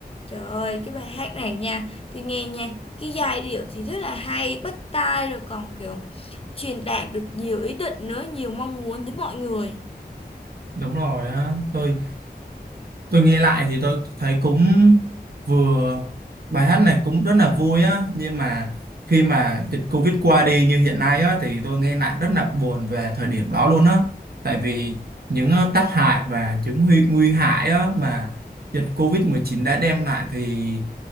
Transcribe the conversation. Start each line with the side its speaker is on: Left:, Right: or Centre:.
Left: trời ơi cái bài hát này nha tôi nghe nha cái giai điệu thì rất là hay bắt tai rồi còn kiểu truyền đạt được nhiều ý định nữa nhiều mong muốn đến mọi người
Right: đúng rồi á tôi tôi nghe lại thì tôi thấy cũng vừa bài hát này cũng rất là vui á nhưng mà khi mà dịch Covid qua đi như hiện nay á thì tôi nghe lại rất là buồn về thời điểm đó luôn á tại vì những ờ, tác hại và những nguy nguy hại á mà dịch Covid-19 đã đem lại thì